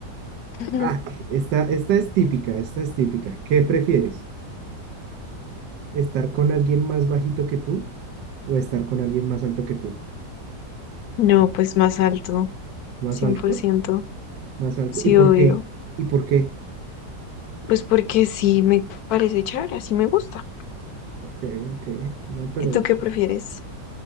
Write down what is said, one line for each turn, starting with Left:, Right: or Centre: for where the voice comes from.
Left: <laughs>
Right: Ah, esta, esta es típica, esta es típica. ¿Qué prefieres? ¿Estar con alguien más bajito que tú o estar con alguien más alto que tú?
Left: No, pues más alto,
Right: ¿Más
Left: cien
Right: alto?
Left: por ciento
Right: ¿Más alto?
Left: Sí,
Right: ¿Y por
Left: obvio.
Right: qué? ¿Y por qué?
Left: Pues porque sí me parece chévere, así me gusta.
Right: Ok, ok. No, pero
Left: ¿Y tú qué prefieres?